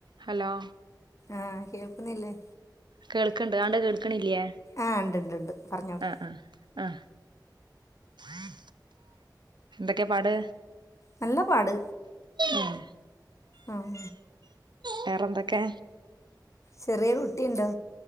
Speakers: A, on the right (about 80°); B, on the left (about 40°).
A: Hello?
B: ആഹ് കേൾക്കുന്നില്ലേ?
A: കേൾക്ക്ണ്ട്. ആണ്ട് കേൾക്ക്ണില്ലേ?
B: ആഹ് ഉണ്ട് ഉണ്ട് ഉണ്ട് പറഞ്ഞോട്
A: ആഹാ ആഹാ. അഹ് ന്തക്കെപാട്?
B: നല്ല പാട്
A: ഉം
B: ഉും.
A: വേറെന്തൊക്കെ?
B: ചെറിയ കുട്ടിയുണ്ടോ